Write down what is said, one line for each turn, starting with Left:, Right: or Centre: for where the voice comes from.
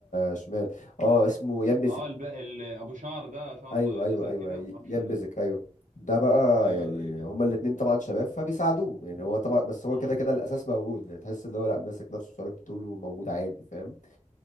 Left: شمال اه اسمه يان
Right: اه الب... ال... ابو شعر ده شعره
Left: ايوه
Right: زي-
Left: ايوه
Right: نازل
Left: ايوه
Right: كده
Left: ي-
Right: ما اعرفش
Left: ينبذك ايوه ده بقى
Right: ايوه
Left: يعني
Right: زي كده
Left: هما الاتنين طبعا شباب فبيساعدوه يعني هو طبعا بس هو
Right: امم
Left: كده كده الاساس موجود يعني تحس ان هو لا ماسك نفسه صليب طوله موجود عادي فاهم